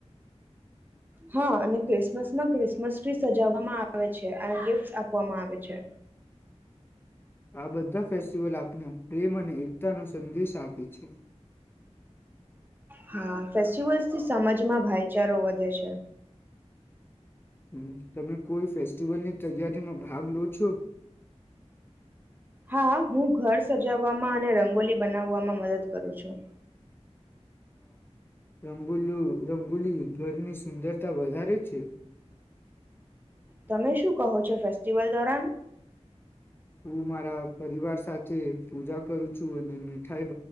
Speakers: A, on the right; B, on the left.
A: હા અને ક્રિસમસમાં ક્રિસમસ ટ્રી સજવવામાં આવે છે અને ગિફ્ટ આપવામાં આવે છે.
B: આ બધા ફેસ્ટિવલ આપના પ્રેમ અને એક ન સંદેશ આપે છે
A: હા ફેસ્ટિવલ્સથી સમજમાં ભાઈચારો વધે છે
B: હ તમે કોઈ ફેસ્ટિવલ ની તૈયારીમાં ભાગલો છો
A: હા હું ઘર સજાવવામાં અને રંગોલી બનાવવામાં મદદ કરું છું
B: રંગો રંગોલી ઘરની સુંદરતા વધારે છે
A: તમે શું કહો છો ફેસ્ટિવલ દોરન
B: હું મારા પરિવાર સાથે પૂજા કરું છું અને મીઠાઈ